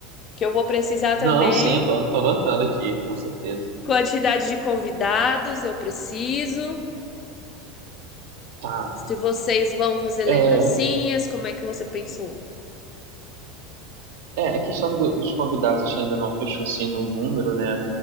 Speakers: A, on the left; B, on the right.
A: Que eu vou precisar
B: Não,
A: também
B: sim, eu tô, tô anotando aqui, com certeza.
A: quantidade de convidados, eu preciso.
B: Tá.
A: Se vocês vão fazer lembrancinhas,
B: É,
A: como é que você pensou?
B: é, a questão do- dos convidados a gente ainda não fechou assim no número, né?